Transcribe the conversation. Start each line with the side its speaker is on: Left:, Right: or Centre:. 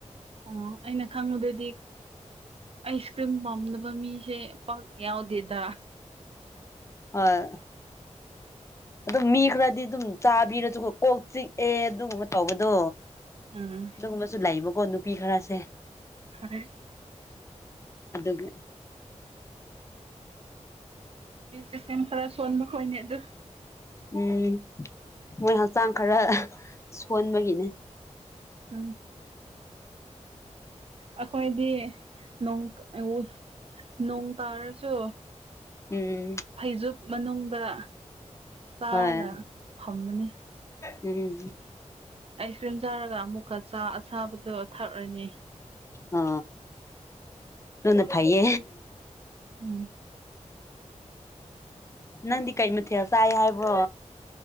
Right: ꯑꯣ ꯑꯩꯅ ꯈꯪꯉꯨꯗꯗꯤ ꯑꯥꯏꯁ ꯀ꯭ꯔꯤꯝ ꯄꯥꯝꯗꯅꯕ ꯃꯤꯁꯦ ꯄꯥꯛ ꯌꯥꯎꯗꯦꯗ
Left: ꯍꯣꯏ ꯑꯗꯨ ꯃꯤ ꯈꯔꯗꯤ ꯑꯗꯨꯝ ꯆꯥꯕꯤꯔꯁꯨ ꯀꯣꯛ ꯆꯤꯛꯑꯦ ꯑꯗꯨꯒꯨꯝꯕ ꯇꯧꯕꯗꯣ
Right: ꯎꯝ
Left: ꯑꯗꯨꯒꯨꯝꯕꯁꯨ ꯂꯩꯕꯀꯣ ꯅꯨꯄꯤ ꯈꯔꯁꯦ
Right: ꯍꯣꯏ
Left: ꯑꯗꯨꯒ
Right: ꯑ ꯁꯤꯦꯝ ꯈꯔ ꯁꯣꯟꯕ ꯈꯣꯏꯅꯦ ꯑꯗꯨ
Left: ꯎꯝ ꯃꯣꯏ ꯍꯛꯆꯥꯡ ꯈꯔ ꯁꯣꯟꯕꯒꯤꯅꯦ
Right: ꯑꯝ ꯑꯩꯈꯣꯏꯗꯤ ꯅꯣꯡ ꯑꯩ ꯅꯣꯡ ꯇꯥꯔꯁꯨ
Left: ꯎꯝ
Right: ꯐꯩꯖꯨꯞ ꯃꯅꯨꯡ ꯈ ꯆꯥꯔꯒ
Left: ꯍꯣꯏ
Right: ꯐꯝꯃꯅꯤ
Left: ꯎꯝ
Right: ꯑꯥꯏꯁ ꯀ꯭ꯔꯤꯝ ꯆꯥꯔꯒ ꯑꯃꯨꯛꯀ ꯆꯥ ꯑꯁꯥꯕꯗꯣ ꯊꯛꯔꯅꯤ
Left: ꯑ ꯇꯅ ꯐꯥꯏꯌꯦ
Right: ꯎꯝ
Left: ꯅꯪꯗꯤ ꯀꯩ ꯃ ꯊꯦ ꯆꯥꯏ ꯍꯥꯏꯕꯣ